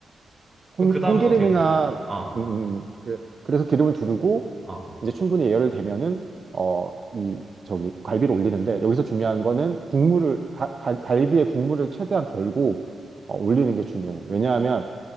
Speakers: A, on the right; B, on the right.
A: 콩,
B: 그럼 그 다음은
A: 콩기름이나
B: 어떻게 돼? 어,
A: 음, 음. 음. 그래- 그래서 기름을 두르고
B: 어,
A: 이제 충분히 예열을 되면은 어, 이 저기 갈비를 올리는데 여기서 중요한 거는 국물을 가- 갈- 갈비의 국물을 최대한 덜고 어, 올리는 게 중요해. 왜냐하면